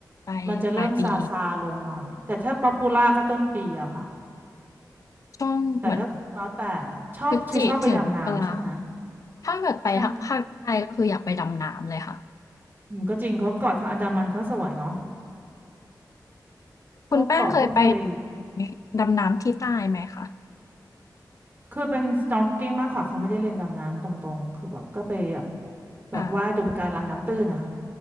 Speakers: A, on the left (about 50°); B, on the right (about 30°).
A: ปลายปลายปี
B: มันจะเริ่มซาซาลงหน่อยแต่ถ้าป๊อปปูล่าก็ต้นปีอะค่ะ
A: ช่วงเหมือน
B: แต่ถ้าแล้วแต่ชอบคือชอบไปดำน้ำใช่ไหม
A: พฤศจิถึงตุลาถ้าเกิดไปทางภาคใต้ก็คืออยากไปดำน้ำเลยค่ะ
B: ใช่อืมก็จริงเพราะเกาะทางอันดามันเขาสวยเนาะ
A: คุณแป้งเคยไป
B: พวกเกาะพวกทะเล
A: นี้ดำน้ำที่ใต้ไหมคะ
B: คือเป็น snorkeling มากกว่าเขาไม่ได้เรียนดำน้ำตรงๆ คือแบบก็ไปแบบแบบว่าดูปะการังน้ำตื้นนะคะ
A: อ่า